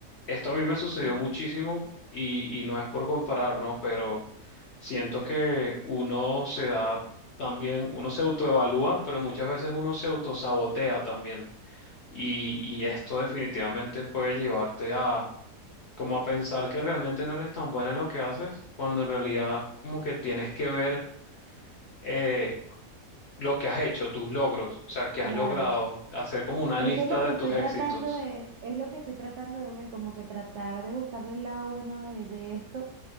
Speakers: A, on the left; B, on the right.
A: Esto a mí me sucedió
B: sí,
A: muchísimo y, y no es por comparar, ¿no? Pero siento que uno se da también, uno se autoevalúa, pero muchas veces uno se autosabotea también. Y, y esto definitivamente puede llevarte como a pensar que realmente no eres tan buena en lo que haces, cuando en realidad como que tienes que ver eh, lo que has hecho, tus logros, o sea, que
B: claro.
A: has logrado, hacer como una
B: Eso
A: lista
B: es lo
A: de
B: que estoy
A: tus éxitos.
B: tratando de, es lo que estoy tratando de ver, como que tratar de buscarle el lado bueno de, de esto